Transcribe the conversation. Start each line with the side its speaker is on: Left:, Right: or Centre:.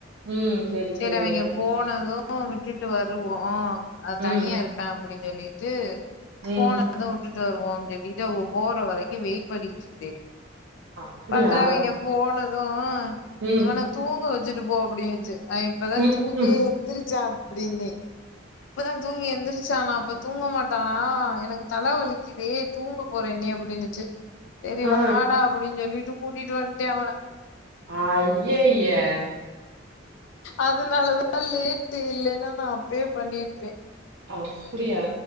Right: ம் சேரி
Left: செரி
Right: சேரி
Left: அவிங்க போனது விட்டுட்டு வருவோ ஆ தனியா
Right: ம்
Left: இருப்பே அப்டின்னு சொல்லிட்டு
Right: ம்
Left: போன அத விட்டுட்டு வருவோன்னனு சொல்லிட்டு உங்க போற வரைக்கு வெயிட் பண்ணிட்டு இருந்தே
Right: அப்டியா
Left: பாத்தா அவிங்க போனது
Right: ம்
Left: இவன தூங்க வெச்சுட்டு போ அப்டின்னுச்சு ஆ இப்பதா
Right: ம்
Left: தூங்கியே
Right: ம்
Left: எந்திரிச்ச அப்டின்னே இப்பதா தூங்கி எந்திரிச்சான்னா அப்ப தூங்க மாட்டானா எனக்கு தல வலிக்குதே தூங்க போறேனே அப்டின்னுச்சு செரி வாடா
Right: ஆ
Left: அப்டின்னு சொல்லிட்டு கூட்டிட்டு வந்துட்டே அவனா
Right: அய்யய்ய
Left: அதனாலதா லேட்டு இல்லன்னா நா அப்பயே பண்ணி இருப்பே
Right: அப்படியா